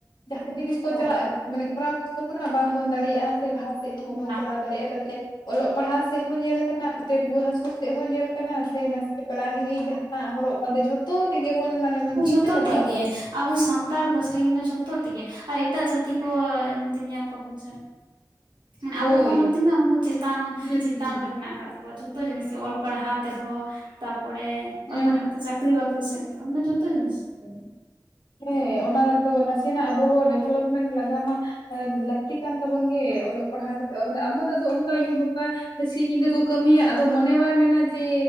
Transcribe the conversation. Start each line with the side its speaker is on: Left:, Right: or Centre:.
Left: ᱡᱟᱦᱟᱸ ᱡᱤᱱᱤᱥ ᱠᱚ
Right: ᱦᱳᱭ
Left: ᱪᱟᱞᱟᱜ
Right: ᱦᱳᱭ
Left: ᱢᱟᱱᱮ ᱡᱚᱛᱚ ᱠᱷᱚᱱᱟᱜ ᱵᱟᱝᱵᱚᱱ ᱫᱟᱲᱮᱭᱟᱜ-ᱟ ᱥᱮ ᱞᱟᱦᱟ ᱥᱮᱫ ᱦᱚᱸ ᱵᱟᱵᱚᱱ
Right: ᱵᱟᱝ
Left: ᱪᱟᱞᱟᱣ ᱫᱟᱲᱮᱭᱟᱜ-ᱟ ᱡᱟᱛᱮ ᱚᱞᱚᱜ ᱯᱟᱲᱦᱟᱣ ᱥᱮᱫ ᱦᱚᱸ ᱧᱮᱞ ᱟᱠᱟᱱᱟ ᱨᱩᱣᱟᱹ ᱦᱟᱹᱥᱩ ᱦᱚᱸ ᱧᱮᱞ ᱠᱟᱱᱟ ᱥᱮ ᱱᱟᱥᱮ ᱯᱮᱲᱟ ᱦᱤᱨᱤ ᱡᱟᱦᱟᱱᱟᱜ ᱦᱚᱨᱚᱜ ᱵᱟᱸᱫᱮ ᱡᱷᱚᱛᱚ ᱛᱮᱜᱮ ᱵᱚᱱ ᱢᱟᱱᱮ ᱵᱚᱱ ᱪᱤᱱᱛᱟᱹ
Right: ᱡᱷᱚᱛᱚ
Left: ᱞᱟᱜᱟᱣ
Right: ᱛᱮᱜᱮ
Left: ᱵᱚᱱᱟ
Right: ᱟᱵᱚ ᱥᱟᱱ ᱥᱟᱱᱛᱟᱨ ᱫᱚ ᱥᱟᱹᱨᱤᱜᱮ ᱡᱷᱚᱛᱚ ᱛᱮᱜᱮ ᱟᱨ ᱮᱴᱟᱜ ᱡᱟᱹᱛᱤ ᱠᱚ ᱮᱱᱛᱮ ᱧᱮᱞ ᱠᱚᱢ ᱪᱮ ᱢᱟᱱᱮ
Left: ᱦᱳᱭ
Right: ᱟᱵᱚ ᱠᱷᱚᱱ ᱫᱚ ᱛᱤᱱᱟᱹᱜ ᱩᱱᱠᱩ ᱪᱮᱛᱟᱱ
Left: ᱦᱩᱸ
Right: ᱪᱮᱛᱟᱱ
Left: ᱦᱩᱸ
Right: ᱨᱮ ᱢᱮᱱᱟᱜ ᱟᱠᱟᱫ ᱡᱷᱚᱛᱚ ᱡᱤᱱᱤᱥ ᱚᱞ ᱯᱟᱲᱦᱟᱣ ᱛᱮᱦᱚᱸ ᱛᱟᱨᱯᱚᱨᱮ
Left: ᱦᱩᱸ
Right: ᱚᱞ ᱯᱟᱲᱦᱟᱣ ᱠᱟᱛᱮ ᱪᱟᱠ ᱪᱟᱹᱠᱨᱤ ᱵᱟᱹᱠᱨᱤ ᱥᱮᱫ ᱛᱮᱦᱚᱸ ᱡᱚᱛᱚ ᱡᱤᱱᱤᱥ ᱥᱮᱫ ᱛᱮᱜᱮ
Left: ᱦᱮᱸ ᱚᱱᱟ ᱫᱚ ᱱᱟᱥᱮᱱᱟᱜ ᱟᱵᱚ ᱦᱚᱸ ᱰᱮᱵᱷᱞᱚᱯᱢᱮᱱᱴ ᱞᱟᱜᱟᱣ ᱢᱟ ᱞᱟᱹᱠᱛᱤ ᱠᱟᱱ ᱛᱟᱵᱚᱱ ᱜᱮ ᱚᱞᱚᱜ ᱯᱟᱲᱦᱟᱣ ᱠᱟᱛᱮᱜ ᱟᱵᱚ ᱫᱚ ᱚᱝᱠᱟ ᱭᱩ ᱵᱟᱵᱟ ᱥᱤᱧ ᱧᱤᱫᱟᱹ ᱠᱚ ᱠᱟᱹᱢᱤᱭᱟ ᱟᱫᱚ ᱢᱚᱱᱮ ᱵᱟᱭ ᱢᱮᱱᱟ ᱡᱮ